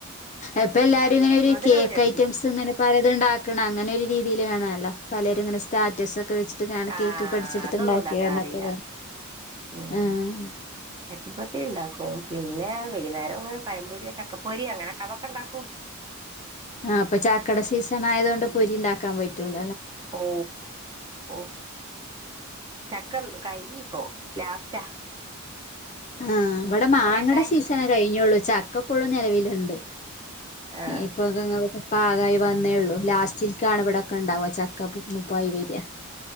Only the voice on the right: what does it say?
മധുരമുള്ള
ചട്ടിപ്പത്തി
ആ
അതൊന്നും ഉണ്ടാക്കാൻ
അറിയില്ല ഉം
ചട്ടപ്പത്തി ഉണ്ടാക്കും പിന്നെ വൈകുന്നേരം അങ്ങനെ കായംമ്പൊരി ചക്കപ്പൊരി അങ്ങനെയൊക്കെ അതൊക്കെ ഇണ്ടാക്കൂ
ഓ ഓ ചക്കൻ കഴിഞ്ഞി അപ്പോ ലാസ്റ്റാ
കൊറേ ഉണ്ടായി
ആ